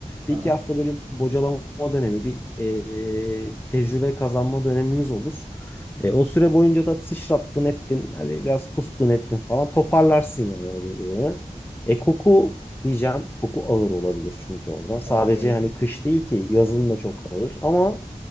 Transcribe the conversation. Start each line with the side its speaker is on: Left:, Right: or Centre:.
Right: Aha.
Left: Bir iki hafta böyle bir bocalama dönemi, bir e, tecrübe kazanma dönemimiz olur. E, o süre boyunca da sıçrattın ettin, hadi biraz kustun ettin falan toparlarsın yani o bölümü. E koku diyeceğim. Koku ağır olabilir çünkü orada. Sadece
Right: Ha, evet
Left: hani kış değil ki yazın da çok ağır. Ama